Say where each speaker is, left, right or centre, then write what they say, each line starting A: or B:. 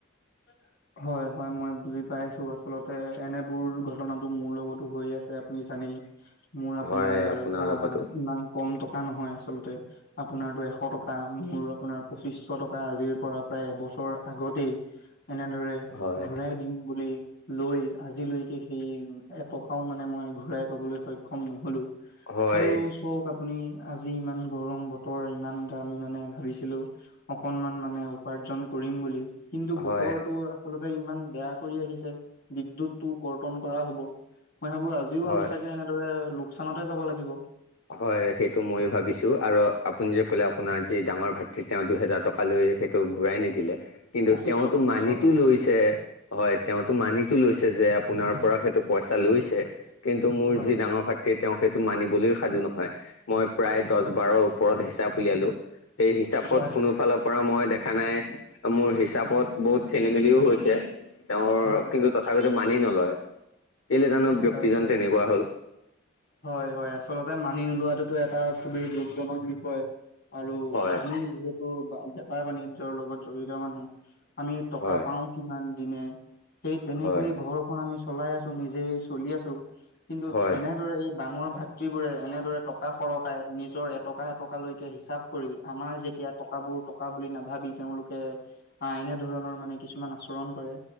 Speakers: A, on the left (about 50°); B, on the left (about 70°).
A: <inaudible> হয়, হয়, মই বুজি পাইছোঁ আচলতে এনেবোৰ ঘটনাটো মোৰ লগতো হৈয়ে আছে আপুনি জানেই। মোৰ আপোনাৰ
B: হয়
A: আ
B: লগতো
A: ইমান কম টকা নহয় আচলতে। আপোনাতোৰ এশ টকা মোৰ আপোনাৰ পঁচিশ টকা আজিৰ পৰা প্ৰায় এবছৰ আগতেই। এনেদৰে
B: হয়
A: ঘূৰাই দিম বুলি। লৈ আজিলৈকে সেই এটকাও মানে মই ঘূৰাই পাবলৈ সক্ষম নহ'লো।
B: হয়
A: আৰুচ কওক আপুনি, আজি ইমান গৰম বতৰ, ইমান দামি মানে ভাবিছিলো। অকনমান মানে, উপাৰ্জন কৰিম বুলি। কিন্তু ব
B: হয়
A: টো আচলতে ইমান বেয়া কৰি আহিছে, বিদ্যুতটো কৰ্তন কৰা হ'ব। মই ভাবো আজ আজিও
B: হয়।
A: আমি চাগে এনেদৰে লোকচানতে যাব লাগিব।
B: হয়, সেইটো ময়ো ভাবিছো আৰু আপুনি যে ক'লে, আপোনাৰ যি ডাঙৰ ভাতৃ তেওঁ দুহেজা টকা লৈ সে ত' ঘূৰাই নিদিলে, কিন্তু
A: পঁচিছশ
B: তেওঁতো
A: পঁচিছশ
B: মানিতো লৈছে। হয়, তেওঁতো মানিটো লৈছে যে, আপোনাৰ পৰা সেইটো পইচা লৈছে। কিন্তু মোৰ
A: হয়
B: যি ডাঙৰ ভাতৃ, তেওঁ সেইটো মানিবলৈ সাজু নহয়। মই প্ৰায় দছ বাৰ ওপৰত হিচাপ উলিয়ালো। সেই হিচাপত
A: হয়
B: কোনো ফালৰ পৰা মই দেখ খানাই মোৰ হিচাপত বহুত খেলি, মেলিও হৈছে। তেওঁৰ
A: হয়
B: কিন্তু
A: হয়
B: তথাপি টো, মানি নলয়। কেলে জানো ব্যক্তিজন
A: হয় হয়।
B: তেনেকুৱা হ'ল?
A: হয়, হয়, আচলতে মানি নোলোৱাতোতো এটা খুবেই দুখজনক বিষয়। আৰু
B: হয়
A: আমি যিহেতু বা বেপাৰ বাণিজ্যৰ লগত জড়িত মানুহ। আমি টকা
B: হয়
A: পাও কিমান দিনে। সেই তেনেকৈয়ে
B: হয়
A: ঘৰ খন আমি চলাই আছো, নিজেই চলি আছো, কিন্তু
B: হয়
A: এনেদৰে এ ডাঙৰ ভাতৃবোৰে এনেদৰে টকা সৰকাই, নিজৰ এটকা এ টকালৈকে হিচাপ কৰি, আমাৰ যেতিয়া টকাবোৰ টকা বুলি নাভাবি, তেওঁলোকে আহ, এনে ধৰণৰ মানে কিছুমান আচৰণ কৰে।